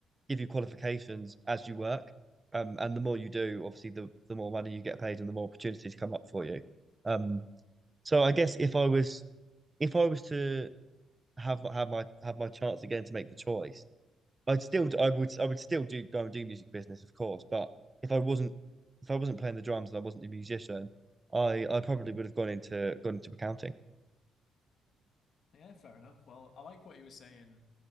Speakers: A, on the right; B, on the left.
A: give you qualifications as you work um and the more you do obviously the the more money you get paid and the more opportunities come up for you um so I guess if I was if I was to have have my have my chance again to make the choice I'd still, I would, I would still do go and do music business, of course. But if I wasn't, if I wasn't playing the drums and I wasn't a musician, I, I probably would have gone into gone into accounting.
B: yeah, fair enough. Well, I like what you were saying